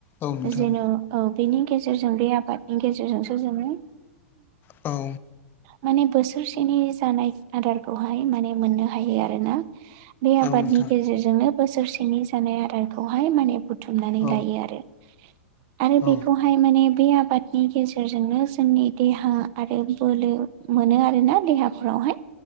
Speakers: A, on the left; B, on the right.
A: औ नोंथां
B: जेन' औ बेनि गेजेरजों बे आबादनि गेजेरजोंसो जोङो
A: औ
B: माने बोसोरसेनि जानाय आदारखौहाय माने मोननो हायो आरोना। बे आबादनि
A: औ नोंथां
B: गेजेरजोंनो बोसोरसेनि जानाय आदारखौहाय माने बु बुथुमनानै
A: औ
B: लायो आरो आरो
A: औ
B: बेखौहाय माने बे आ बादनि गेजेरजोंनो जोंनि देहा आरो बोलो मोनो आरोना देहाफोरावहाय